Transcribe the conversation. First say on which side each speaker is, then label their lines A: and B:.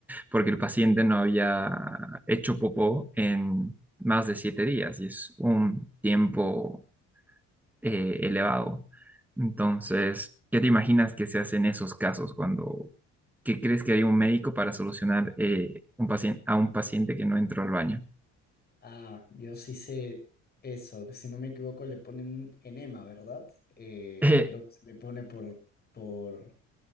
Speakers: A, in the centre; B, on the left.
A: porque el paciente no había hecho popó en más de siete días y es un tiempo eh, elevado. Entonces, ¿qué te imaginas que se hace en esos casos cuando, qué crees que haría un médico para solucionar eh, un paciente, a un paciente que no entró al baño?
B: Ah, yo sí sé eso, que si no me equivoco le ponen enema, ¿verdad? Eh,
A: <laughs> Eh,
B: creo que se le pone por, por,